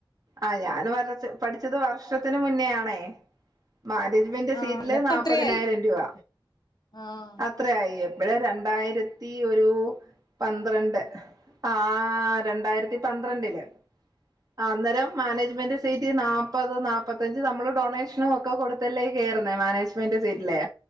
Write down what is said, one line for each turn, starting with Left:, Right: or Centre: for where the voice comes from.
Right: ആഹ് ഞൻ വരച്ച പഠിച്ചത് വർഷത്തിന് മുന്നേയാണേ മാനേജ്മെന്റ്
Left: ആഹ്
Right: സീറ്റില്
Left: എന്നിട്ട്
Right: നാല്പ്പതിനായിരം
Left: അത്രയായി
Right: രൂപ
Left: ആഹ്
Right: അത്രയായി ഇപ്പഴ് രണ്ടായിരത്തി ഒരു പന്ത്രണ്ട് ആഹ് രണ്ടായിരത്തി പന്ത്രണ്ടില് ആഹ് അന്നേരം മാനേജ്മെന്റ് സീറ്റ് നാപ്പത് നാപ്പത്തഞ്ച് നമ്മള് ഡൊണേഷനും ക്ക കൊടുത്തല്ലേ കേറുന്നേ മാനേജ്മെന്റ് സീറ്റിലെ